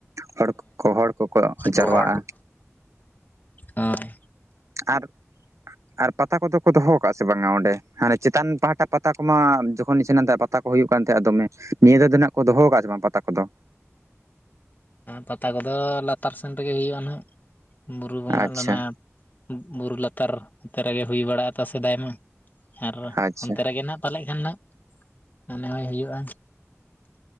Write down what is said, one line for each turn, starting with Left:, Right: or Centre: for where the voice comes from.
Right: ᱦᱚᱲ ᱦᱚᱲ ᱠᱚᱠᱚ ᱡᱟᱨᱣᱟᱜᱼᱟ᱾
Left: ᱠᱚ ᱦᱚᱲ ᱠᱚ ᱦᱳᱭ
Right: ᱟᱨ, ᱟᱨ ᱯᱟ ᱯᱟᱛᱟ ᱠᱚᱫᱚ ᱠᱚ ᱫᱚᱦᱚ ᱟᱠᱟᱟᱜᱫ ᱥᱮ ᱵᱟᱝᱟ ᱚᱸᱰᱮ? ᱦᱟᱱᱮ ᱪᱮᱛᱟᱱ ᱯᱟᱦᱟᱴᱟ ᱯᱟᱛᱟ ᱠᱚᱢᱟ ᱡᱚᱠᱷᱚᱱᱤᱧ ᱥᱮᱱ ᱞᱮᱱ ᱛᱟᱦᱮᱸᱡ ᱯᱟᱛᱟ ᱠᱚ ᱦᱩᱭᱩᱜ ᱠᱟᱱ ᱛᱟᱦᱮᱸᱼᱟ ᱫᱚᱢᱮ᱾ ᱱᱤᱭᱟᱹ ᱫᱷᱟᱶ ᱫᱚ ᱱᱟᱜ ᱠᱚ ᱫᱚᱦᱚ ᱠᱟᱜ ᱥᱮ ᱵᱟᱝ ᱯᱟᱛᱟ ᱠᱚᱫᱚ?
Left: ᱯᱟᱛᱟ ᱠᱚᱫᱚ ᱞᱟᱛᱟᱨ ᱥᱮᱱ ᱨᱮᱜᱮ ᱦᱩᱭᱩᱜᱼᱟ ᱱᱟᱦᱟᱸᱜ, ᱵᱩᱨᱩ ᱵᱚᱸᱜᱟ
Right: ᱟᱪᱪᱷᱟ
Left: ᱞᱮᱱᱟ ᱵᱩᱨᱩ ᱞᱟᱛᱟᱨ ᱚᱱᱚᱛᱮ ᱨᱮᱜᱮ ᱦᱩᱭ ᱵᱟᱲᱟᱜ ᱥᱮᱫᱟᱭ ᱢᱟ ᱟᱨ
Right: ᱟᱪᱪᱷᱟ
Left: ᱚᱱᱛᱮ ᱨᱮᱜᱮ ᱱᱟᱱᱟᱜ ᱯᱟᱞᱮᱫ ᱠᱷᱟᱱ ᱫᱚ ᱢᱚᱱᱮ ᱦᱚᱭ ᱦᱩᱭᱩᱜᱼᱟ᱾